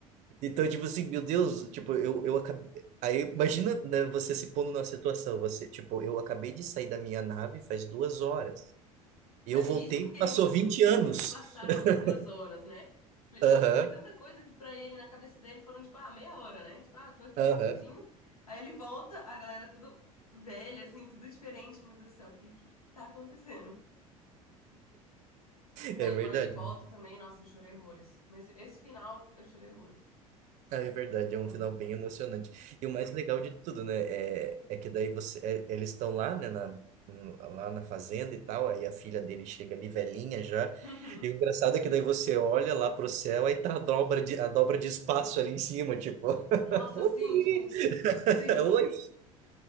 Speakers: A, on the right (about 40°); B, on the left (about 80°).
A: Então, tipo assim, meu Deus, tipo, eu, eu acabei. Aí, imagina, né, você se pondo na situação, você, tipo, eu acabei de sair da minha nave faz duas horas. E
B: Não,
A: eu voltei,
B: e isso porque ele
A: passou
B: nem sentiu
A: 20 anos.
B: que se passaram
A: <laughs>
B: duas horas, né? Tipo, ele
A: Aham,
B: tava fazendo tanta coisa que pra ele, na cabeça dele, foram, tipo, ah, meia hora, né? Tipo, ah, tô aqui
A: aham.
B: rapidinho. Aí ele volta, a galera tudo velha, assim, tudo diferente. Meu Deus do céu, o que que tá acontecendo? Não,
A: É
B: e
A: verdade.
B: quando ele volta também, nossa, eu chorei horrores. Nesse, esse final, eu chorei horrores.
A: Ah, É verdade,
B: Não tem como.
A: é um final bem emocionante. E o mais legal de tudo, né, é, é que daí você, é- eles estão lá, né, na, no- lá na fazenda e tal, aí a filha dele chega ali velhinha já,
B: Uhum.
A: e o engraçado é que daí você olha lá pro céu, aí tá a dobra de, a dobra de espaço ali em cima, tipo...
B: Nossa,
A: Oi!
B: sim, tipo,
A: <laughs>
B: sim.
A: Oi!